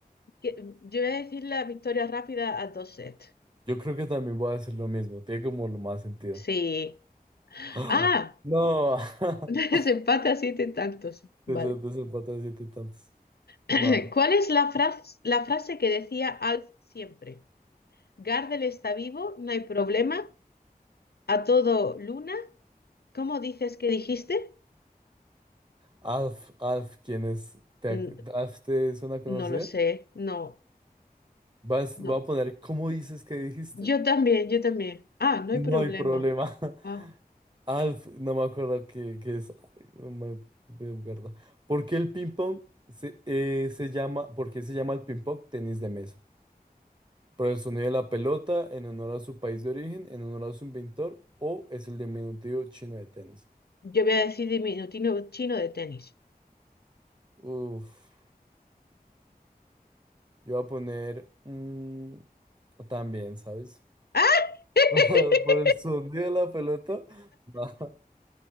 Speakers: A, on the left; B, on the right.
A: Que- Yo voy a decir la victoria rápida a dos sets.
B: Yo creo que también voy a hacer lo mismo, tiene como lo más sentido.
A: Sí.
B: <gasps>
A: Ah,
B: No, <laughs>
A: <laughs> desempate a siete tantos. Vale.
B: Des- desempate a siete tantos.
A: <clears throat>
B: No.
A: ¿Cuál es la frase, la frase que decía Alf siempre? Gardel está vivo, no hay problema. A todo Luna. ¿Cómo dices que dijiste?
B: Alf, Alf, ¿quién es? ¿Te,
A: Mm,
B: ac- Alf te suena conocida?
A: No lo sé. No,
B: Vas,
A: no.
B: voy a poner, ¿cómo dices que dijiste?
A: Yo también, yo también. Ah, no
B: No
A: hay problema.
B: hay problema. <laughs>
A: Ah.
B: Alf, no me acuerdo qué, qué es. Ay, no me- me acuerdo. ¿Por qué el ping-pong se, eh, se llama, por qué se llama el ping-pong tenis de mesa? ¿Por el sonido de la pelota, en honor a su país de origen, en honor a su inventor, o es el diminutivo chino de tenis?
A: Yo voy a decir diminutivo chino de tenis.
B: Uf, yo voy a poner mm, también, ¿sabes?
A: ¡Ah! <laughs>
B: <laughs> Por el sonido de la pelota. No,